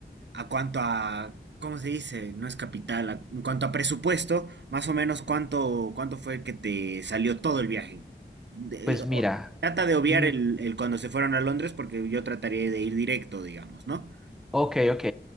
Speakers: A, on the right; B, in the centre.
A: a cuanto a, ¿cómo se dice? No es capital, a- en cuanto a presupuesto, más o menos cuánto, cuánto fue que te salió todo el viaje. De-
B: Pues mira.
A: o- trata de obviar
B: mm,
A: el, el cuando se fueron a Londres porque yo trataría de ir directo, digamos, ¿no?
B: Ok, ok.